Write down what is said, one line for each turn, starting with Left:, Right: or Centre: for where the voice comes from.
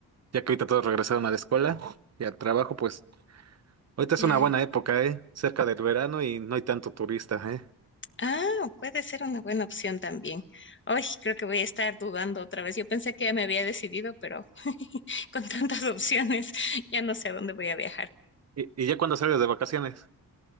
Right: ya que ahorita todos regresaron a la escuela y al trabajo, pues ahorita es
Left: claro.
Right: una buena época, ¿eh? Cerca del verano y no hay tanto turista, ¿eh?
Left: Ah, puede ser una buena opción también. Hoy creo que voy a estar dudando otra vez. Yo pensé que ya me había decidido, pero <laughs> con tantas opciones ya no sé a dónde voy a viajar.
Right: Y, y ya cuando sales de vacaciones.